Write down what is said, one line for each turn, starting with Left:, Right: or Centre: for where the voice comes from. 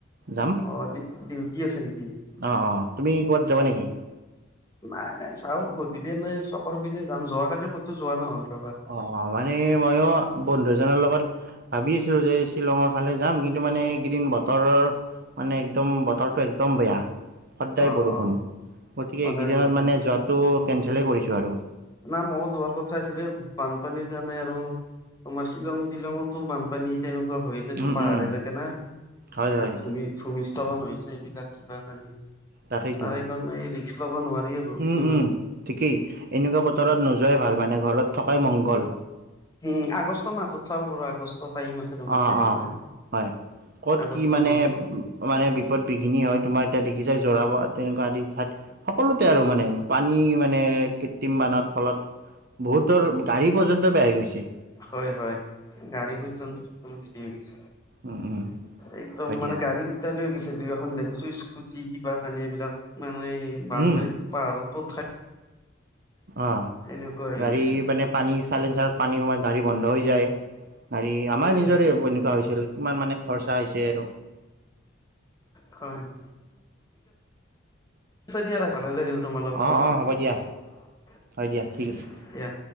Right: যাম।
Left: অহ, ডিউ-ডিউটি আছে নেকি?
Right: অহ', অহ' তুমি ক'ৰবাত যাবা নেকি?
Left: নাই, নাই। চাওঁ গধূলি এনেই চকৰ পিনে যাম যোৱাকালি ক'তো যোৱা নহ'ল ৰবা।
Right: অহ', অহ' মানে মইয়ো বন্ধু এজনৰ লগত ভাবি আছিলো যে, শ্বিলংৰ ফালে যাম কিন্তু মানে এইকেইদিন বতৰৰ মানে একদম, বতৰটো একদম বেয়া। সদায়
Left: অ
Right: বৰষুণ
Left: অ
Right: গতিকে
Left: সদায়
Right: এইকেইদিনত
Left: বৰষুণ
Right: মানে যোৱাটো কেনচেলে কৰিছো আৰু।
Left: না মইয়ো যোৱাৰ কথা আছিলে বানপানীৰ কাৰণে আৰু। আমাৰ শ্বিলং টিলংতো বানপানী তেনেকুৱা হৈ তাতে
Right: উম
Left: পাহাৰলৈকে
Right: উম
Left: না
Right: হয়
Left: তাত
Right: হয়
Left: ভূমি-ভূমিস্খলন হৈছে এইবিলাক কিবা কানি।
Right: তাকেইতো
Left: তাৰে কাৰণে এই ৰিক্স ল'ব নোৱাৰি আৰু।
Right: উম',
Left: ইমান
Right: উম' ঠিকেই এনেকুৱা বতৰত নোযোৱাই ভাল, মানে ঘৰত থকাই মংগল।
Left: উম, আগষ্ট মাহতটোত চাওঁ বাৰু আগষ্টত টাইম আছে। তোমাৰ
Right: অহ',
Left: তেনেকুৱা
Right: অহ', হয়। ক'ত
Left: আগষ্ট
Right: কি মানে
Left: মাহটোত
Right: মানে বিপদ বিঘিনি হয় তোমাৰ এতিয়া দেখিছাই যোৰাবাট তেনেকুৱা আদি ঠাইত সকলোতে আৰু মানে। পানী মানে কৃত্ৰিম বানৰ ফলত বহুতৰ গাড়ী পৰ্যন্ত বেয়া হৈ গৈছে।
Left: হয় হয় গাড়ী পৰ্যন্ত হেৰি হৈ গৈছে।
Right: উম উম
Left: এইদম
Right: হয় দিয়া
Left: মানে গাড়ি তালৈ গৈছে দুই এখন দেখিছো স্কুটি কিবা কানি এইবিলাক মানে বানপানীত
Right: উম
Left: পাহাৰত পুত খাই
Right: অঁ
Left: তেনেকুৱা হৈ
Right: গাড়ী
Left: গৈছে
Right: মানে পানী চাইলেঞ্চাৰত পানী সোমাই গাড়ী বন্ধ হৈ যায়। গাড়ি
Left: সোমাই
Right: আমাৰ নিজৰে
Left: গৈছে
Right: এইবোৰ
Left: হয়
Right: এনেকুৱা হৈছিল কিমান মানে খৰচা হৈছে আৰু।
Left: হয় হয়। চেদিয়া নাই, ভালে লাগিল তোমাৰ লগত
Right: অ',
Left: কথা পাতি
Right: অ', হ'ব দিয়া হয় দিয়া ঠিক আছে।
Left: দিয়া।